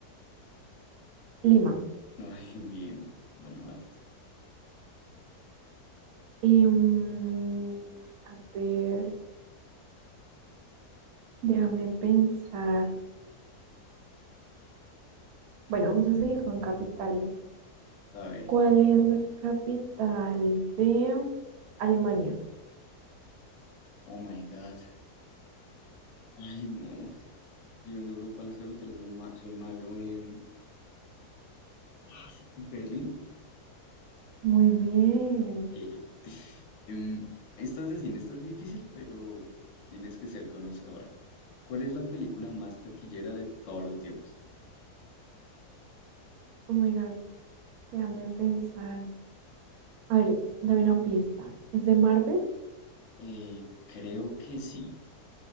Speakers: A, on the right; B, on the left.
A: Lima.
B: <laughs> Ay, bien. Bueno, basta.
A: Em, a ver, déjame pensar. Bueno, vamos a seguir con capitales.
B: A ver.
A: ¿Cuál es la capital de Alemania?
B: Oh my God. Ay, no. Yo en Europa las capitales son ma- soy malo. em, ay, ¿Berlín?
A: Muy bien.
B: <laughs> Jeje. Em, esta es de cine, esta es difícil, pero tienes que ser conocedora. ¿Cuál es la película más taquillera de todos los tiempos?
A: Oh my God. Déjame pensar. A ver, dame una pista. ¿Es de Marvel?
B: Eh, creo que sí.